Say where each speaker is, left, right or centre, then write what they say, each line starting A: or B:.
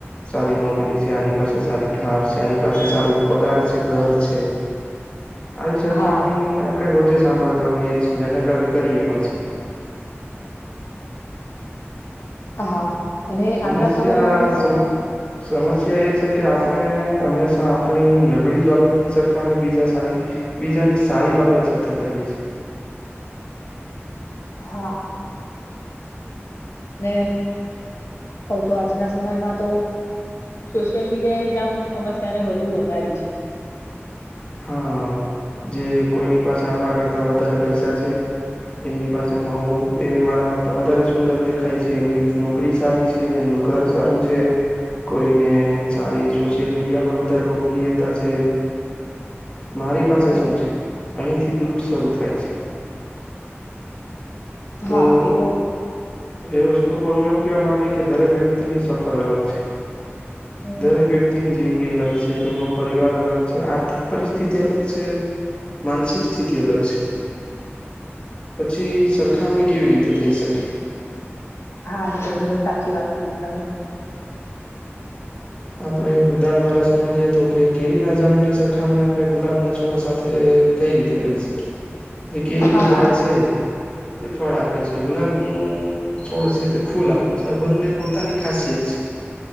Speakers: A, on the left; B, on the left.
A: સારી નોકરી છે આની પાસે સારી ઘ છે આની પાસે સારું પગાર છે ઘર છે આવી સરખામણી
B: હા
A: આપણે રોજે સાંભળતા હોઈએ છીએ અને કરીએ પણ છીએ
B: હા અને
A: સમસ્યા
B: આજના સમયમાં તો
A: સમ સમસ્યા એ છે કે આપણે હંમેશા આપણી નબળી બાબતની સરખામણી બીજા સારી બીજાની સારી બાબત સાથે કરીએ છીએ
B: હા
A: <inaudible>
B: ને કઉ તોું આજના સમયમાં તો સોશિયલ મીડિયા એ જમ સમસ્યાને વધુ વધારી છે
A: હા જે કોઈની પાસે આપણા કરતા વધારે પૈસા છે એમની પાસે એ મારા કરતા વધારે સુંદર દેખાય છે એમની છોકરી સારી છે એમનું ઘર સારું છે કોઈને સારી સોશિયલ મીડિયા પર વધારે લોકપ્રિયતા છે મારી પાસે
B: હમ.
A: શું છે અહીંથી દુઃખ શરૂુ થાય છે તો
B: હા એ
A: એ વસ્તુ પર હું એવું કેવા માંગી કે દરેક વ્યક્તિની સફર અલગ છે
B: હમ
A: દરેક વ્યક્તિની જિંદગી અલગ છે તેમનો પરિવાર અલગ છે આર્થિક પરિસ્થિતિ અલગ છે માનસિક સ્થિતિ અલગ છે પછી સરખામણી કેવી રીતે થઈ શકે
B: હા એ ગ ઘણી સાચી વાત કીધી તમે
A: આપડણે એક ઉદાહણ દ્વારા સમજીએ તો કે કેરી ના જઝાડની સરખામણી આપણે ગુલાબ ના છોડ સાથે કઈ રીતે કરી શકીએ જે કેરી
B: હા
A: નું ઝાડ છે જે ફળ આપે છે ગુલાબનું છોડશે તે ફૂલ આપે છે આ બંને પોતાની ખાસિયત છે